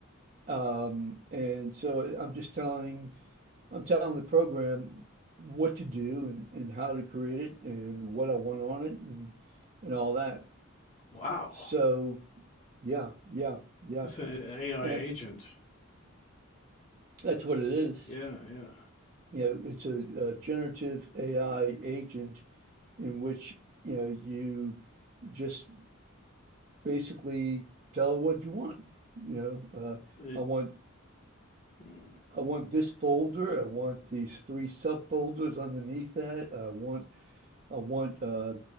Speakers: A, on the right; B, on the left.
A: Um, and so I'm just telling I'm telling the program what to do and, and how to create it and what I want on it and and all that.
B: wow.
A: So yeah, yeah, yeah.
B: It's an AI
A: And
B: agent.
A: that's what it is.
B: Yeah, yeah.
A: You know, it's a, a generative AI agent in which, you know, you just basically tell it what you want. You know, uh,
B: It,
A: I want
B: mm.
A: I want this folder. I want these three subfolders underneath that. I want I want uh,